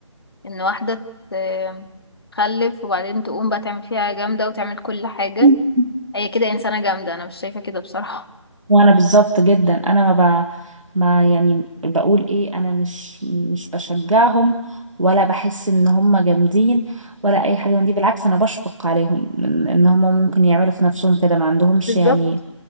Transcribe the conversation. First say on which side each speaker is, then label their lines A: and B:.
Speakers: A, on the left; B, on the right.
A: ان واحدة ت- تخلف وبعدين تقوم بقى تعمل فيها جامدة وتعمل كل حاجة
B: <clears throat> <laughs>
A: هي كده انسانه جامده انا مش شايفه كده بصراحه
B: وانا بالظبط جدا انا ما ب... ما يعني بقول ايه انا مش مش بشجعهم ولا بحس ان هم جامدين ولا اي حاجة من دي بالعكس انا بشفق عليهم ان إن هم ممكن يعملوا في نفسهم كده ما عندهمش
A: بالظبط
B: يعني